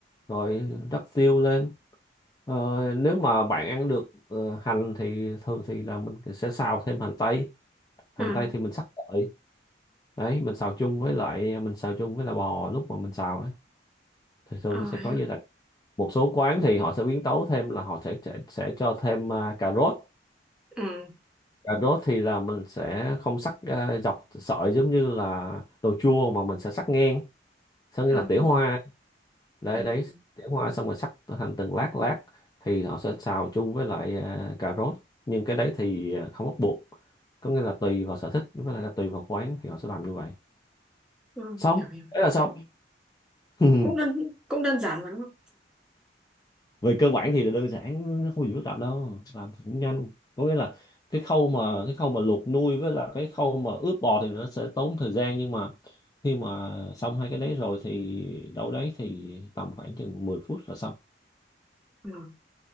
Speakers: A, on the left; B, in the centre.
A: rồi rắc tiêu lên Ờ, nếu mà bạn ăn được ờ, hành thì thường thì là mình sẽ xào thêm hành tây hành
B: ừ
A: tây thì mình sắc sợi đấy mình xào chung với lại mình xào chung với là bò lúc mà mình xào ấy thì thường
B: ờ,
A: nó sẽ có
B: hiểu
A: như vậy một số quán thì họ sẽ biến tấu thêm là họ sẽ sẽ, sẽ cho thêm à, cà rốt
B: ừ
A: cà rốt thì là mình sẽ không sắc à, dọc sợi giống như là đồ chua mà mình sẽ sắc ngang có nghĩa
B: ừ
A: là tỉa hoa đấy
B: ừ,
A: đấy tỉa hoa xong rồi sắc thành từng lát lát thì họ sẽ xào chung với lại à, cà rốt nhưng cái đấy thì à, không bắt buộc có nghĩa là tùy vào sở thích với lại là tùy vào quán thì họ sẽ làm như vậy
B: ờ,
A: xong
B: hiểu hiểu
A: đấy
B: hiểu.
A: là xong <laughs>
B: cũng đơn cũng đơn giản mà đúng không
A: về cơ bản thì là đơn giản nó không gì phức tạp đâu làm cũng nhanh có nghĩa là cái khâu mà cái khâu mà luộc nuôi với là cái khâu mà ướp bò thì nó sẽ tốn thời gian nhưng mà khi mà xong hai cái đấy rồi thì đâu đấy thì tầm khoảng chừng 10 phút là xong
B: ừ